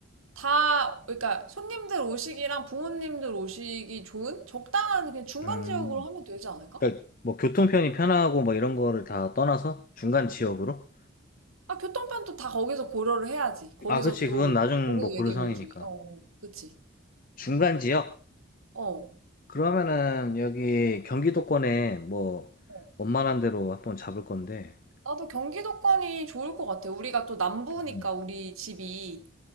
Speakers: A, on the right (about 85°); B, on the left (about 40°).
A: 다, 그러니까 손님들 오시기랑 부모님들 오시기 좋은 적당한 그냥 중간
B: 음.
A: 지역으로 하면 되지 않을까?
B: 그러니까 뭐 교통편이 편하고 뭐 이런 거를 다 떠나서 중간 지역으로?
A: 아, 교통편도 다 거기서 고려를 해야지. 거기서
B: 아, 그치.
A: 또
B: 그건 나중
A: 고려
B: 뭐 고려사항이니까.
A: 웨딩홀 중에. 어, 어, 그치.
B: 중간 지역?
A: 어.
B: 그러면은 여기 경기도권에 뭐
A: 어.
B: 원만한 데로 한번 잡을 건데.
A: 나도 경기도권이 좋을 것 같아. 우리가 또 남부니까
B: 음.
A: 우리 집이